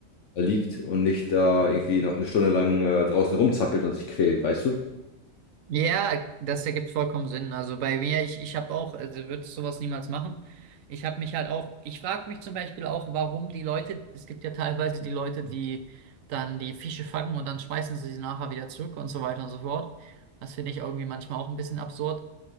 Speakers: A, on the left; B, on the right.
A: liegt und nicht da irgendwie noch eine Stunde lang äh, draußen rumzappelt und sich quält, weißt du?
B: Ja, das ergibt vollkommen Sinn. Also bei mir, ich, ich habe auch, also würde sowas niemals machen. Ich habe mich halt auch, ich frage mich zum Beispiel auch, warum die Leute, es gibt ja teilweise die Leute, die dann die Fische fangen und dann schmeißen sie sie nachher wieder zurück und so weiter und so fort. Das finde ich irgendwie manchmal auch ein bisschen absurd.